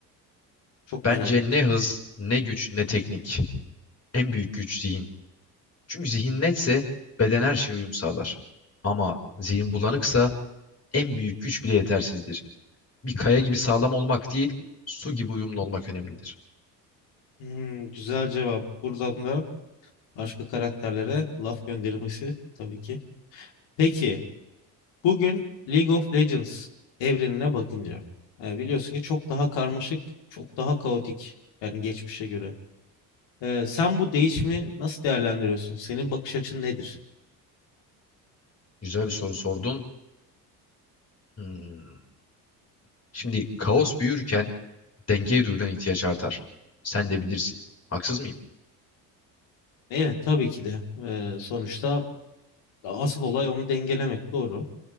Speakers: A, on the left (about 60°); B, on the left (about 30°).
A: Çok
B: Bence
A: merak ettim.
B: ne hız, ne güç, ne teknik. En büyük güç zihin. Çünkü zihin netse beden her şeye uyum sağlar. Ama zihin bulanıksa en büyük güç bile yetersizdir. Bir kaya gibi sağlam olmak değil, su gibi uyumlu olmak önemlidir.
A: Hmm, güzel cevap. Buradan da başka karakterlere laf göndermesi tabii ki. Peki bugün League of Legends evrenine bakınca e, biliyorsun ki çok daha karmaşık, çok daha kaotik yani geçmişe göre. Ee, sen bu değişimi nasıl değerlendiriyorsun? Senin bakış açın nedir?
B: Güzel bir soru sordun. Hmm. Şimdi kaos büyürken dengeye duyulan ihtiyaç artar. Sen de bilirsin. Haksız mıyım?
A: Evet, tabii ki de. Ee, sonuçta asıl olay onu dengelemek. Doğru.